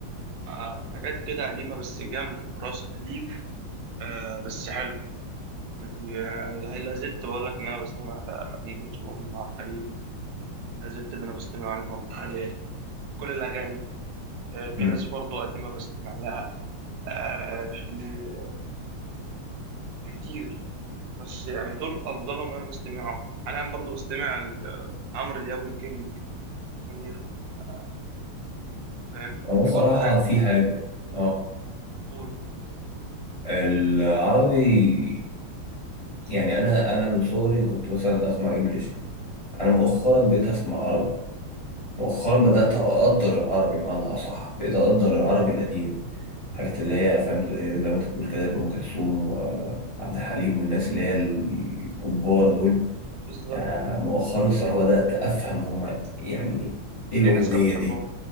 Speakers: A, on the right (about 75°); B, on the left (about 40°).
A: آه حاجات كده قديمه بس جامده تراث قديم آه بس حلو يعني، آه، لا زلت بقول لك ان انا بستمع لأم كلثوم وعبد الحليم لا زلت ان انا بستمع لهم يعني كل الاغاني آه، في
B: مم.
A: ناس برضو قديمة بستمع لها آه، في في كتير بس يعني دول أفضلهم أنا بستمعهم حاليا برضو بستمع ل- عمرو دياب والكينج منير آه، فاهم
B: أنا الصراحة
A: في برضو حاجة
B: في حاجة أه
A: قول
B: العربي يعني أنا أنا من صغري كنت مثلا أسمع إنجليش أنا مؤخرا بقيت أسمع عربي مؤخرا بدأت أقدر العربي بمعنى أصح بقيت أقدر العربي القديم حاجات اللي هي فاهم زي, زي ما انت بتقول كده لأم كلثوم وعبد الحليم والناس اللي هي الكبار دول
A: بالظبط
B: آه، مؤخرا الصراحة بدأت أفهم هما يعني إيه
A: ليه
B: الأغنية
A: الناس كانت بتحبهم
B: دي